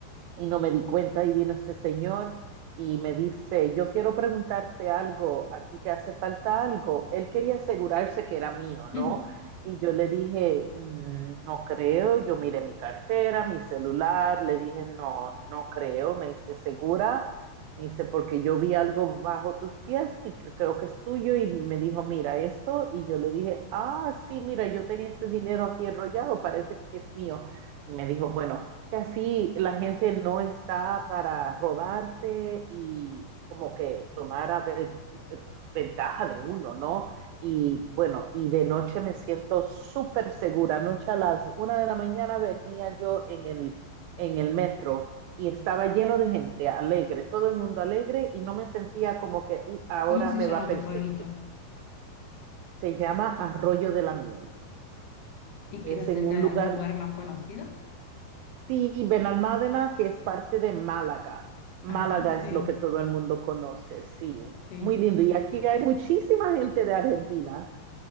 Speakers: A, on the right; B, on the left.
A: y no me di cuenta y vino este señor y me dice, yo quiero preguntarte algo, a ti te hace falta algo. Él quería asegurarse que era mío, ¿no?
B: Mm.
A: Y yo le dije, "Mm, no creo, yo miré mi cartera, mi celular, le dije, no, no creo, me dice, ¿segura? Me dice, porque yo vi algo bajo tus pies y cre- creo que es tuyo y me dijo, mira esto, y yo le dije, ah, sí, mira, yo tenía este dinero aquí enrollado, parece que es mío. Y me dijo, bueno, que así la gente no está para robarte y como que tomar a ve- ventaja de uno, ¿no? Y bueno, y de noche me siento súper segura. Anoche a las una de la mañana venía yo en el, en el metro y estaba lleno de gente alegre, todo el mundo alegre y no me sentía como que "Uh, ahora
B: ¿Cómo se
A: me
B: llama
A: va a perseguir.
B: tu pueblito?
A: Se llama Arroyo de la Miel.
B: ¿Y
A: Es
B: queda cerca
A: en un
B: de
A: lugar
B: algún lugar más conocido?
A: Sí, Benalmádena, que es parte de Málaga. Málaga
B: Ajá,
A: es
B: sí,
A: lo que todo el mundo conoce, sí.
B: sí.
A: Muy lindo. Y aquí hay muchísima gente de Argentina